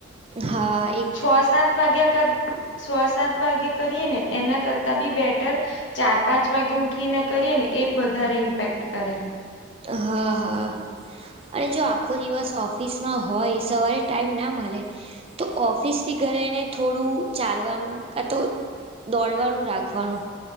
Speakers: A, on the right; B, on the left.
A: હા એક
B: છ સાત વાગ્યા કર, છ સાત વાગ્યા કરીએ ને એના કરતા બી બેટર ચાર પાંચ વાગે ઉઠીને કરીએ ને એ વધારે ઇમ્પેક્ટ કરે.
A: હા, હા. અને જો આખો દિવસ ઓફિસમાં હોય, સવારે ટાઈમ ના મલે તો ઓફિસ થી ઘરે એને થોડું ચાલવાનું કા તો દોડવાનું રાખ ખવાનું,